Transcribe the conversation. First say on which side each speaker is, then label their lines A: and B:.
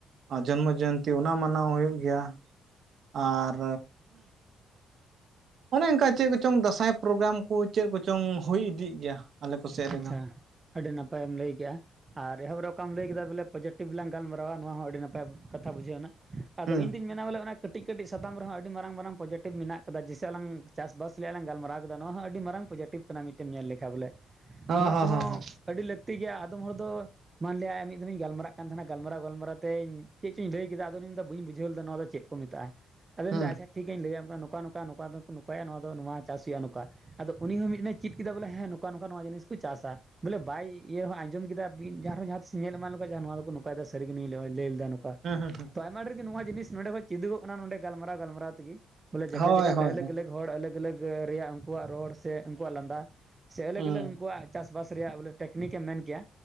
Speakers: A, on the right; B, on the right.
A: ᱡᱚᱱᱢᱚ ᱡᱚᱭᱚᱱᱛᱤ ᱚᱱᱟ ᱢᱟᱱᱟᱣ ᱦᱩᱭᱩᱜ ᱜᱮᱭᱟ ᱟᱨ ᱚᱱᱮ ᱚᱱᱠᱟ ᱪᱮᱫ ᱠᱚᱪᱚᱝ ᱫᱟᱸᱥᱟᱭ ᱯᱨᱳᱜᱨᱟᱢ ᱠᱚ ᱪᱮᱫ ᱠᱚᱪᱚᱝ ᱦᱩᱭ ᱤᱫᱤᱜ ᱜᱮᱭᱟ ᱟᱞᱮ ᱠᱚ ᱥᱮᱫ ᱨᱮᱫᱚ
B: ᱟᱪᱪᱷᱟ ᱟᱹᱰᱤ ᱱᱟᱯᱟᱭᱮᱢ ᱞᱟᱹᱭ ᱠᱮᱫᱮᱜᱼᱟ ᱟᱨ ᱮᱦᱚᱵᱚ ᱨᱮ ᱚᱠᱟᱢ ᱞᱟᱹᱭ ᱠᱮᱫᱟ ᱵᱚᱞᱮ ᱯᱚᱡᱮᱴᱤᱵᱷ ᱞᱟᱝ ᱜᱟᱞᱢᱟᱨᱟᱣᱟ ᱱᱚᱣᱟ ᱦᱚᱸ ᱟᱹᱰᱤ ᱱᱟᱯᱟᱭ ᱠᱟᱛᱷᱟ ᱵᱩᱡᱷᱟᱹᱣ ᱮᱱᱟ ᱟᱫᱚ
A: ᱦᱩᱸ
B: ᱤᱧ ᱫᱚ ᱤᱧ ᱢᱮᱱᱟ ᱵᱚᱞᱮ ᱚᱱᱟ ᱠᱟᱹᱴᱤᱡ ᱠᱟᱹᱴᱤᱡ ᱥᱟᱛᱟᱢ ᱨᱮᱦᱚᱸ ᱟᱹᱰᱤ ᱢᱟᱨᱟᱝ ᱢᱟᱨᱟᱝ ᱯᱚᱡᱮᱴᱤᱵᱷ ᱢᱮᱱᱟᱜ ᱟᱠᱟᱫᱟ ᱡᱮᱭᱥᱮ ᱟᱞᱟᱝ ᱪᱟᱥᱵᱟᱥ ᱡᱟᱦᱟ ᱞᱟᱝ ᱜᱟᱞᱢᱟᱨᱟᱣ ᱠᱮᱫᱟ ᱱᱚᱣᱟ ᱦᱚᱸ ᱟᱹᱰᱤ ᱢᱟᱨᱟᱝ ᱯᱚᱡᱮᱴᱤᱵᱷ ᱠᱟᱱᱟ ᱢᱤᱫᱴᱮᱱ ᱧᱮᱞ ᱞᱮ ᱞᱮᱠᱷᱟᱡ ᱵᱚᱞᱮ
A: ᱦᱚᱸ
B: ᱱᱚᱣᱟ
A: ᱦᱚᱸ
B: ᱠᱚᱦᱚᱸ ᱟᱹᱰᱤ ᱞᱟᱹᱠᱛᱤ ᱜᱮᱭᱟ ᱟᱫᱚᱢ ᱦᱚᱲ ᱫᱚ ᱢᱮᱱ ᱞᱮᱫᱟᱭ ᱢᱤᱫ ᱫᱷᱟᱣᱤᱧ ᱜᱟᱞᱢᱟᱨᱟᱜ ᱠᱟᱱ ᱛᱟᱦᱮᱱᱟ ᱜᱟᱞᱢᱟᱨᱟᱣ ᱜᱟᱞᱢᱟᱨᱟᱣ ᱛᱮᱧ ᱪᱮᱫ ᱪᱚᱧ ᱞᱟᱹᱭ ᱠᱮᱫᱟ ᱟᱫᱚ ᱤᱧ ᱫᱚ ᱵᱟᱹᱧ ᱵᱩᱡᱷᱟᱹᱣ ᱞᱮᱫᱟ ᱱᱚᱣᱟ ᱫᱚ ᱪᱮᱫ ᱢᱮᱛᱟᱜᱼᱟ ᱟᱫᱚᱧ
A: ᱦᱚᱸ
B: ᱢᱮᱱ ᱮᱫᱟ ᱟᱪᱪᱷᱟ ᱴᱷᱤᱠᱟᱹᱧ ᱞᱟᱹᱭᱟᱢ ᱠᱟᱱᱟ ᱱᱚᱝᱠᱟ ᱱᱚᱝᱠᱟ ᱱᱚᱝᱠᱟ ᱫᱚ ᱱᱚᱝᱠᱟᱭᱟ ᱱᱚᱣᱟ ᱫᱚ ᱱᱚᱣᱟ ᱪᱟᱥ ᱦᱩᱭᱩᱜᱼᱟ ᱱᱚᱝᱠᱟ ᱟᱫᱚ ᱩᱱᱤ ᱦᱚᱸ ᱢᱤᱫᱴᱟᱝ ᱪᱮᱫ ᱠᱮᱫᱟ ᱵᱚᱞᱮ ᱦᱮᱸ ᱱᱚᱝᱠᱟ ᱱᱚᱝᱠᱟ ᱱᱚᱣᱟ ᱡᱤᱱᱤᱥ ᱠᱚ ᱪᱟᱥᱟ ᱵᱚᱞᱮ ᱵᱟᱭ ᱤᱭᱟᱹ ᱨᱮᱦᱚᱸ ᱟᱸᱡᱚᱢ ᱠᱮᱫᱟ ᱡᱟᱦᱟᱸ ᱨᱮ ᱡᱟᱦᱟᱸ ᱛᱤᱥ ᱮ ᱧᱮᱞ ᱮᱢᱟᱱ ᱞᱮᱱᱠᱷᱟᱱ ᱱᱚᱣᱟ ᱫᱚᱠᱚ ᱱᱚᱝᱟ ᱭᱮᱫᱟ ᱥᱟᱹᱨᱤ ᱜᱮ ᱱᱩᱭ ᱞᱟᱹᱭ ᱞᱮᱫᱟ
A: ᱦᱩᱸ ᱦᱩᱸ ᱦᱩᱸ ᱦᱩᱸ
B: ᱛᱚ ᱟᱭᱢᱟ ᱰᱷᱮᱨ ᱜᱮ ᱱᱚᱣᱟ ᱡᱤᱱᱤᱥ ᱱᱚᱰᱮ ᱠᱷᱚᱱ ᱪᱤᱫᱚᱜᱚᱜ ᱠᱟᱱᱟ ᱱᱚᱰᱮ ᱜᱟᱞᱢᱟᱨᱟᱣ ᱜᱟᱞᱢᱟᱨᱟᱣ ᱛᱮᱜᱮ ᱵᱚᱞᱮ ᱡᱟᱭᱜᱟ
A: ᱦᱳᱭ
B: ᱡᱟᱭᱜᱟᱛᱮ
A: ᱦᱳᱭ
B: ᱟᱞᱟᱜᱽ
A: ᱦᱳᱭ ᱦᱩᱸ
B: ᱟᱞᱟᱜᱽ ᱦᱚᱲ ᱟᱞᱟᱜᱽ ᱟᱞᱟᱜᱽ ᱨᱮᱭᱟᱜ ᱩᱱᱠᱩᱣᱟᱜ ᱨᱚᱲ ᱥᱮ ᱩᱱᱠᱩᱣᱟᱜ ᱞᱟᱸᱫᱟ ᱥᱮ ᱟᱞᱟᱜᱽ
A: ᱦᱩᱸ
B: ᱟᱞᱟᱜᱽ ᱩᱱᱠᱩᱣᱟᱜ ᱪᱟᱥᱵᱟᱥ ᱨᱮᱭᱟᱜ ᱵᱚᱞᱮ ᱴᱮᱠᱱᱤᱠᱮ ᱮᱢ ᱢᱮᱱ ᱠᱮᱫᱟ